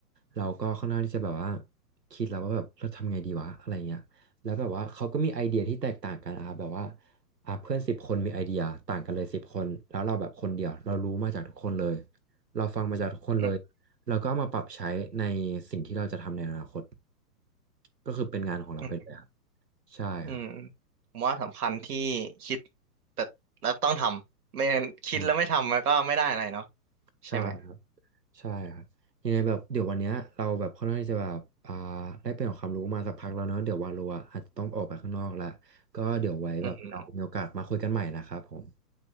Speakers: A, on the right (about 80°); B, on the right (about 65°).
A: เราก็ค่อนข้างที่จะแบบว่าคิดแล้วว่าแบบเราทำไงดีวะอะไรเงี้ยแล้วแบบว่าเขาก็มีไอเดียที่แตกต่างกันนะครับแบบว่า อ่ะเพื่อนสิบคนมีไอเดียต่างกันเลยสิบคนแล้วเราแบบคนเดียวเรารู้มาจากทุกคนเลยเราฟังมาจากทุกคนเลย
B: อืม
A: เราก็เอามาปรับใช้ในสิ่งที่เราจะทำในอนาคตก็คือเป็นงานของเราไปเลยครับ
B: อม
A: ใช่ครับ
B: อืมผมว่าสำคัญที่คิดแต่แล้วต้องทำไม่งั้นคิดแล้วไม่ทำมันก็ไม่ได้อะไรเนาะ
A: ใช่
B: ใช่ไหม
A: ใช่ครับใช่ครับยังไงแบบเดี๋ยววันเนี้ยเราแบบค่อนข้างที่จะแบบอ่าได้เป็นของความรู้มาสักพักแล้วเนอะเดี๋ยววาโลอะอาจจะต้องออกไปข้างนอกละก็เดี๋ยวไว้แบบเรามีโอกาสมาคุยกันใหม่นะครับผม
B: อือฮึ